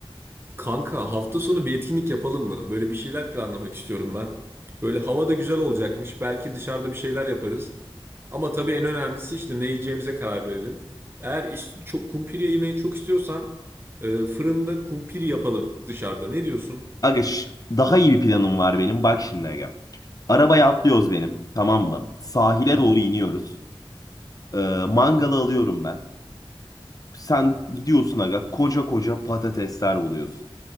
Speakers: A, on the right; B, on the left.
A: Kanka hafta sonu bir etkinlik yapalım mı? Böyle bir şeyler planlamak istiyorum ben. Böyle hava da güzel olacakmış. Belki dışarıda bir şeyler yaparız. Ama tabii en önemlisi işte ne yiyeceğimize karar verelim. Eğer iş, çok kumpiri yemeyi çok istiyorsan e, fırında kumpiri yapalım dışarıda. Ne diyorsun?
B: Aga şş, daha iyi bir planım var benim bak şimdi aga. Arabaya atlıyoruz benim tamam mı? Sahile
A: Tamam.
B: doğru iniyoruz. Ee, mangalı alıyorum ben. Sen gidiyorsun aga koca koca patatesler oluyorsun.